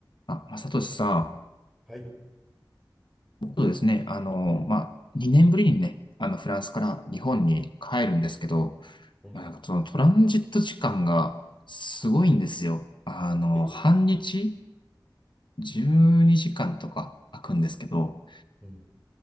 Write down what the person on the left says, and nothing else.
あ、正俊さ
ん、そうですね、あの、
まあ、2年ぶりにね、あの、フランスから日本に帰るんですけど、
まあ、なんかそのトランジット時間がすごいんですよ。あの、
半日12時間とか空くんですけど、